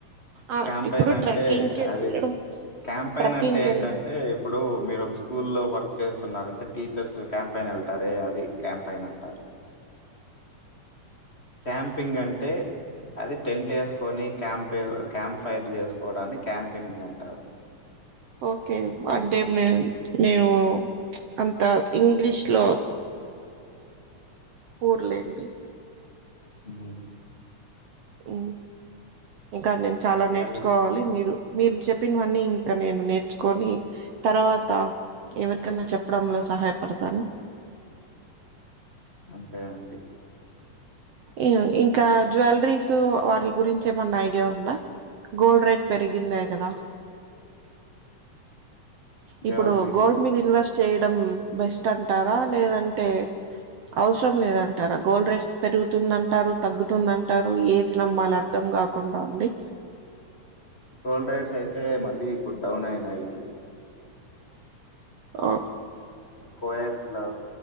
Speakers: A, on the right; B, on the left.
A: ఆ
B: క్యాంపయిన్
A: ఇప్పుడు
B: అంటే
A: ట్రెక్కింగ్ కి వెళ్ళడం
B: అది క్యాంపయిన్
A: ట్రెక్కింగ్
B: అంటే
A: కి
B: ఏంటంటే
A: వెళ్ళి
B: ఇప్పుడు మీరు ఒక స్కూల్లో వర్క్ చేస్తున్నారంటే టీచర్స్ క్యాంపైన్ వెళ్తారే అది క్యాంపైన్ అంటారు. క్యాంపింగ్ అంటే అది టెంట్ ఏసుకొని క్యాంప్ క్యాంప్ ఫైర్ చేసుకోవడాన్ని క్యాంపింగ్ అంటారు.
A: ఓకే అంటే మేం నేను అంత ఇంగ్లీష్ లో ఊర్లేండి.
B: హ్
A: హ్ ఇంకా నేను చాలా నేర్చుకోవాలి.
B: మరి
A: మీరు మీరు చెప్పినవన్నీ ఇంకా నేను నేర్చుకొని తర్వాత ఎవరికన్నా చెప్పడంలో సహాయపడతాను.
B: అంతే అండి.
A: ఇగా ఇంకా జ్వేవెలరీస్ వాటిల గురించి ఏమన్నా ఐడియా ఉందా. గోల్డ్ రేట్ పెరిగిందే కదా. ఇప్పుడు
B: జెవెల్లరీసు.
A: గోల్డ్ మీద ఇన్వెస్ట్ చేయడం బెస్ట్ అంటారా లేదంటే అవసరం లేదంటారా. గోల్డ్ రేట్స్ పెరుగుతుందంటారు తగ్గుతుందంటారు ఏది నమ్మాలి అర్ధం కాకుండా ఉంది.
B: టోల్ రేట్స్ అయితే మళ్ళీ ఇప్పుడు డౌన్ అయినాయి.
A: అ
B: కోయాట్లో